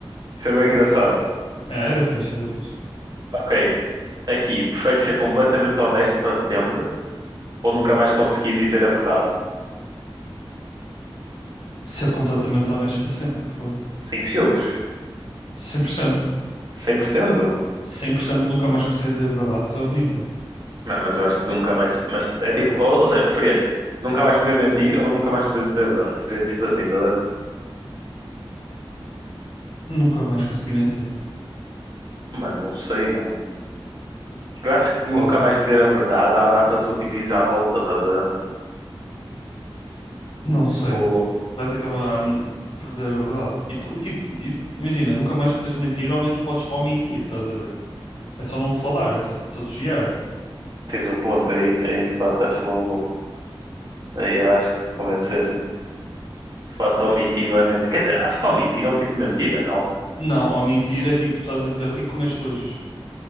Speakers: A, on the right; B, on the left.
A: seria bem engraçado.
B: É, era fixe, era fixe.
A: Ok, aqui, preferes ser completamente honesto para sempre ou nunca mais conseguir dizer a verdade?
B: Ser completamente honesto para sempre. Fogo.
A: Sem filtros,
B: cem por cento
A: 100%?
B: cem por cento Nunca mais consegui dizer a verdade. Isso é horrível.
A: Mas mas eu acho que nunca mais, mas é tipo, ou, ou seja, preferias nunca mais poder mentir ou nunca mais poder dizer a verdade? Seria tipo assim, tá a ver?
B: Nunca mais consegui mentir.
A: Mano, não sei, mano. Tipo, eu acho que nunca
B: Fogo.
A: mais dizer a verdade dá, dá para tu, tipo, ires à volta, estás a... ver?
B: Não
A: Tipo,
B: sei. Vais acabar n- por dizer a verdade. E, po- e, tipo, e- imagina, nunca mais podes mentir, ao menos podes omitir, estás a ver? É só não falar, é só desviar.
A: tens um ponto aí. Aí, de fato, acho que vou... vou- Aí eu acho que convenceste-me. De fato, omitir não é mentir. Quer dizer, acho que omitir é um tipo de mentira, não?
B: Não, omitir é tipo, estás a dizer o que é que comeste hoje?